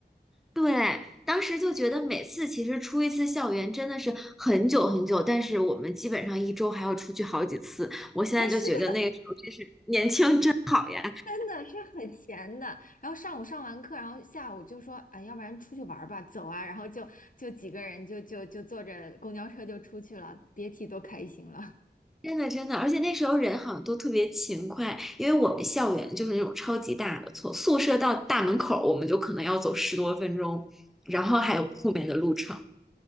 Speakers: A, in the centre; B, on the left (about 50°).
A: 对，当时就觉得每次其实出一次校园真的是很久很久，但是我们基本上一周还要出去好几次。我现在就觉得那个时候真是年轻真好呀，
B: 啊，是的，<laughs> 真的是很闲的。然后上午上完课，然后下午就说，哎，要不然出去玩儿吧，走啊。然后就就几个人就就就坐着公交车就出去了，别提多开心了。
A: 真的真的，而且那时候人好像都特别勤快，因为我们校园就是那种超级大的，从宿舍到大门口我们就可能要走十多分钟，然后还有后面的路程。